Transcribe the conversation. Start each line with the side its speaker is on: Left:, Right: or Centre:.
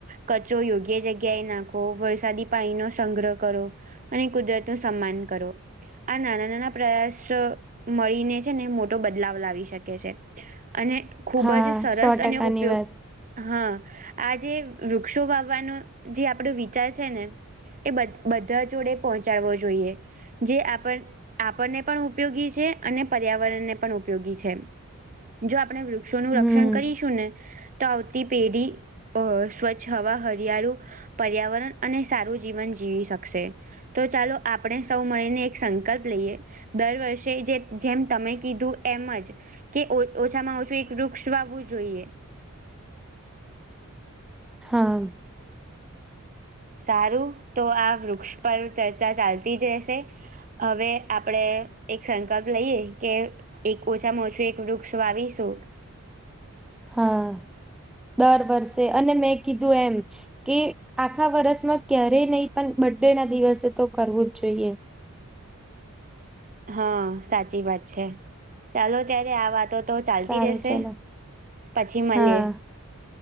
Right: કચરો યોગ્ય જગ્યા એ નાખો. વરસાદી પાણીનો સંગ્રહ કરો અને કુદરતનું સન્માન કરો. આ નાના નાના પ્રયાસ મળીને છે ને મોટો બદલાવ લાવી શકે છે. અને ખૂબ
Centre: હા
Right: જ સરસ
Centre: સો
Right: અને
Centre: ટકાની
Right: ઉપયોગ
Centre: વાત
Right: હા, આ જે વૃક્ષો વાવવાનો જે આપણો વિચાર છે ને, એ બધા જોડે પહોંચાડવો જોઈએ. જે આપણ આપણને પણ ઉપયોગી છે અને પર્યાવરણને પણ ઉપયોગી છે. જો આપણે વૃક્ષોનું
Centre: હમ
Right: રક્ષણ કરીશું ને તો આવતી પેઢી અ સ્વચ્છ હવા, હરિયાળું પર્યાવરણ અને સારું જીવન જીવી શકશે તો ચાલો આપણે સૌ મળીને એક સંકલ્પ લઈએ. દર વર્ષે જે જેમ તમે કીધું એમ જ કે ઓછામાં ઓછું એક વૃક્ષ વાવવું જોઈએ.
Centre: હા.
Right: સારું. તો આ વૃક્ષ પર ચર્ચા ચાલતી જ રહેશે. હવે, આપણેે એક સંકલ્પ લઈએ કે એક ઓછામાં ઓછું એક વૃક્ષ વાવીશું.
Centre: હા, દર વર્ષે અને મેં કીધું એમ કે આખા વર્ષમાં ક્યારેય નહીં પણ બર્ડેના દિવસે તો કરવું જ જોઈએ.
Right: હા, સાચી વાત છે ચાલો ત્યારે આ વાતો તો ચાલતી
Centre: સારું
Right: રહેશે
Centre: ચાલો.
Right: પછી મલીએ.
Centre: હા